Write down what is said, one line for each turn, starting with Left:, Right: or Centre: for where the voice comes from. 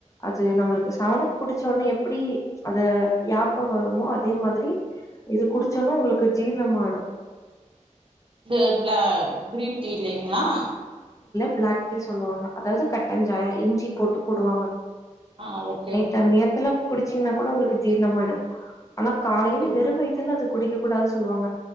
Left: அது நம்மளுக்கு செவனப் குடிச்சோ ஒட்னே எப்பிடி அது யாப்ப வருமோ அதே மாதிரி இது குடிச்சொன்ன உங்களுக்கு ஜீர்ணமாய்டு
Right: த ப்ள க்ரீன் டீயில்லங்களா
Left: ப்ளாக் டீ சொல்லுவாங்க அதாவது கட்டஞ்சாயா இஞ்சி போட்டு போடுவாங்க
Right: ஆஹ் ஓகே ஓக்
Left: த நேரத்துல குடிச் ச்சினாங் கூட உங்களுக்கு ஜீர்ணமாயிடு ஆனா காலையில
Right: ம்
Left: வெறு வயித்துல அது குடிக்க கூடாது சொல்லுவாங்க